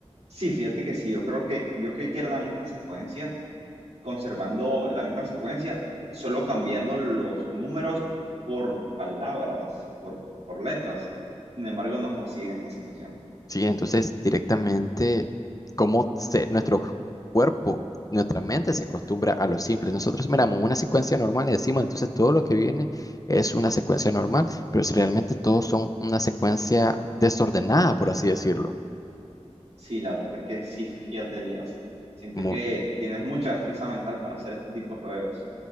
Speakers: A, on the right (about 65°); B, on the left (about 30°).
A: Sí, fíjate que sí, yo creo que yo creí que era la misma secuencia, conservando la misma secuencia, solo cambiando los números por palabras, por, por letras. Sin embargo, no fue así en esta situación.
B: sí, entonces directamente cómo se- nuestro cuerpo, nuestra mente se acostumbra a lo simple. Nosotros miramos una secuencia normal y decimos, entonces todo lo que viene es una secuencia normal, pero si realmente todos son una secuencia desordenada, por así decirlo.
A: Sí, la verdad es que sí, fíjate, Elías. Siento
B: Mu-
A: que tienes mucha destreza mental para hacer este tipo de juegos.